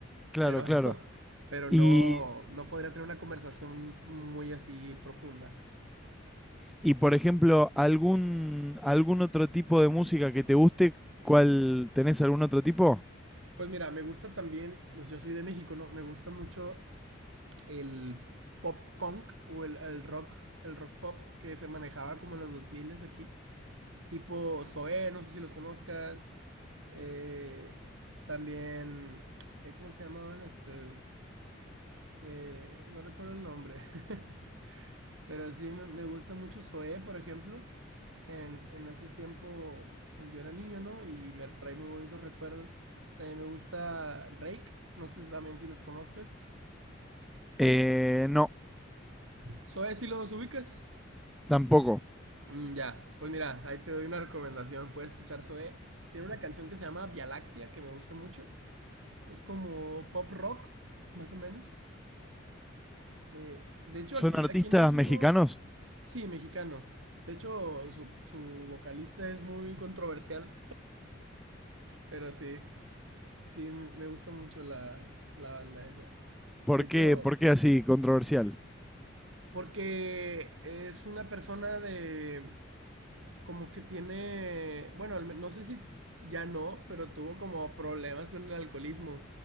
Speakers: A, in the centre; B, on the right (about 85°).
A: Claro,
B: pero,
A: claro.
B: <laughs> pero
A: Y
B: no, no podría tener una conversación muy así profunda.
A: Y por ejemplo, algún, algún otro tipo de música que te guste, ¿cuál tenés algún otro tipo?
B: Pues mira, me gusta también, pues yo soy de México, ¿no? Me gusta mucho el pop punk o el, el rock, el rock pop que se manejaba como en los 2000 aquí. Tipo Zoé, no sé si los conozcas. eh, también, eh, ¿cómo se llamaban estos? Eh, no recuerdo el nombre. <laughs> Pero sí, me, me gusta mucho Zoé, por ejemplo. en, en ese tiempo yo era niño, ¿no? Y me trae muy bonitos recuerdos. También me gusta Rake, no sé si también si los conozcas.
A: Eh, no,
B: Zoé si los ubicas.
A: tampoco.
B: Mm, ya, pues mira, ahí te doy una recomendación, puedes escuchar Zoé Tiene una canción que se llama Via Láctea, que me gusta mucho. Es como pop rock, más o menos. Eh, de hecho, aquí,
A: ¿Son artistas
B: aquí en México,
A: mexicanos?
B: sí, mexicano. De hecho, su, su vocalista es muy controversial, pero sí. Sí, me gusta mucho la, la banda esa.
A: ¿Por
B: De hecho,
A: qué, por qué así controversial? <laughs>
B: porque es una persona de... Como que tiene... Bueno, al men- no sé si ya no, pero tuvo como problemas con el alcoholismo.